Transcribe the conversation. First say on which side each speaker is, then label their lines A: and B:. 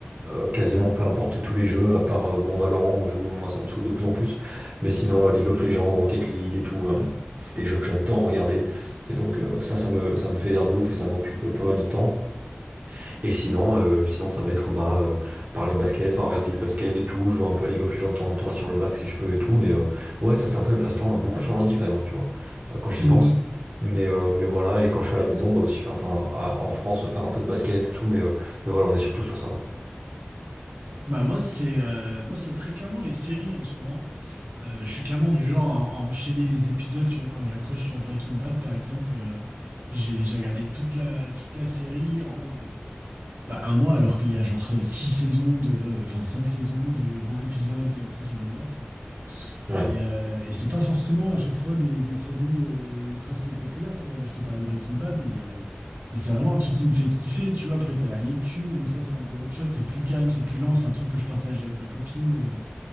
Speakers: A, on the right; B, on the right.
A: Euh, quasiment peu importe tous les jeux, à part euh, bon Valorant, où je- moi, ça me saoule de plus en plus. Mais sinon, euh, League of Legends, Rocket League et tout, euh, c'est des jeux que j'adore regarder. Et donc, euh, ça, ça me, ça me fait l'air de ouf et ça m'occupe pas mal de temps. Et sinon, euh, sinon ça va être bah, euh, parler basket, enfin regarder du basket et tout, jouer un peu à League of Legends de temps en temps là sur le Mac si je peux et tout, mais euh, ouais ça c'est un peu mes passe-temps, hein, beaucoup sur l'ordi quand même, hein, tu vois, euh, quand j'y
B: Mm.
A: pense. Mais, euh, mais voilà, et quand je suis à la maison, bah aussi faire, enfin à- en France, faire un peu de basket et tout, mais, euh, mais voilà, on est surtout sur ça, ouais.
B: Bah moi c'est euh, moi c'est très clairement les séries en ce moment. Euh, je suis clairement du genre à, à enchaîner les épisodes, tu vois, quand j'accroche, tu vois, Breaking Bad par exemple, euh, j'ai j'ai regardé toute la toute la série en, euh, bah, un mois alors qu'il y a genre euh, six saisons de, enfin cinq saisons de 20 épisodes qui durent une heure, tu vois.
A: Ouais.
B: Et, euh, et c'est pas forcément à chaque fois des, des séries euh, ultra spectaculaires, tu vois. Là, je t'ai parlé de Breaking Bad, mais, euh, mais c'est vraiment un truc qui me fait kiffer, tu vois. Après, t'as la lecture où ça, c'est encore autre chose, c'est plus calme, c'est plus lent, c'est un truc que je partage avec ma copine. euh,